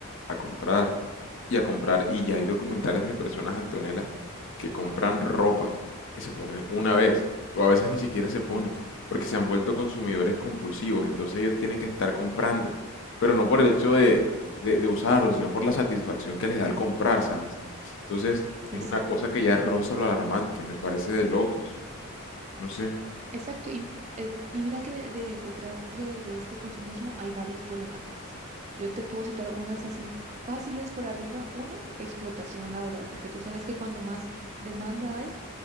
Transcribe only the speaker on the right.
Sí,
exacto.
Exacto, y, eh, y mira que de- de- detrás de, de este consumismo hay varias problemáticas. Yo te puedo citar unas así fáciles por arriba. Uno, explotación laboral, porque tú sabes que cuando más demanda hay,